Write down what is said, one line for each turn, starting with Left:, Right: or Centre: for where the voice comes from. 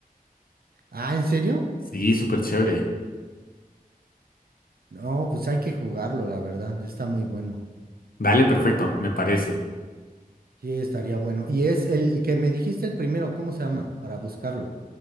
Right: Ah, ¿en serio?
Left: Sí, súper chévere.
Right: No, pues hay que jugarlo, la verdad. Está muy bueno.
Left: Dale, perfecto, me parece.
Right: Sí, estaría bueno. Y es el, el que me dijiste el primero, ¿cómo se llama? Para buscarlo.